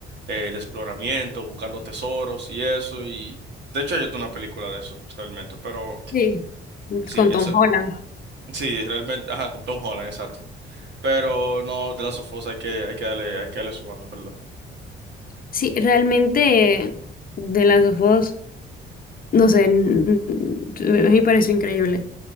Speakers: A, on the right; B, on the left.
A: eh, de exploramiento, buscando tesoros y eso, y de hecho hay una película de eso, realmente, pero
B: sí,
A: sí,
B: con Tom
A: eso,
B: Holland.
A: sí, realmente, ajá, con Tom Holland, exacto. Pero no, de Last of Us hay que, hay que darle, hay que darle su banda, en ¿verdad?
B: Sí, realmente de las dos, no sé, n- n- a mí me pareció increíble.